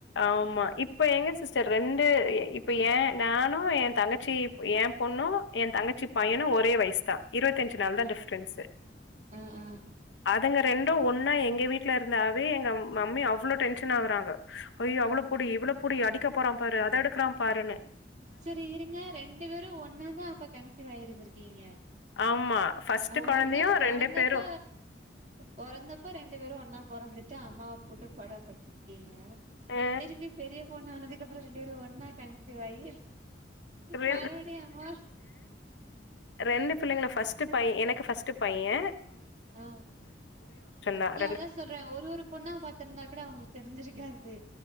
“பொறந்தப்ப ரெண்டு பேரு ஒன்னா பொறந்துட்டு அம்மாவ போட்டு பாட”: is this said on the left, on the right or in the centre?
Right